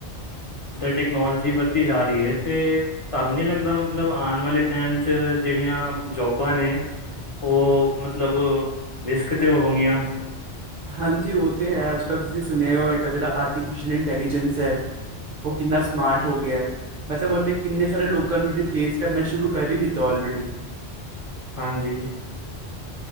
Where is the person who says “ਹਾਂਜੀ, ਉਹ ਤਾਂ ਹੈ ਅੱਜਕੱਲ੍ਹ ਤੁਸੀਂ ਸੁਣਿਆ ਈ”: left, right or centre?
Right